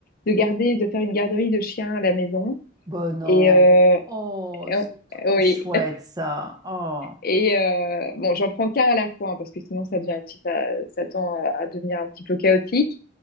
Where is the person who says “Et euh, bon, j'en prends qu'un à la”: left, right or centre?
Left